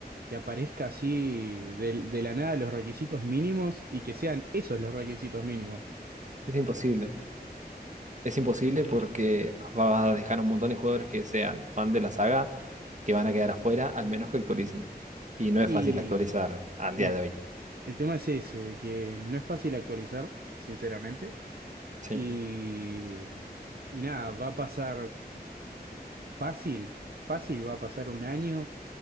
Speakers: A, on the right; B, on the right.
A: que aparezca así de, de la nada los requisitos mínimos y que sean esos los requisitos mínimos.
B: Es imposible. Es imposible porque va a dejar un montón de jugadores que sean fan de la saga que van a quedar afuera, al menos que actualicen. Y no es
A: Y
B: fácil actualizar al
A: el,
B: día de hoy.
A: el tema es ese, de que no es fácil actualizar, sinceramente.
B: Sí.
A: Y, y nada, va a pasar fácil, fácil, va a pasar un año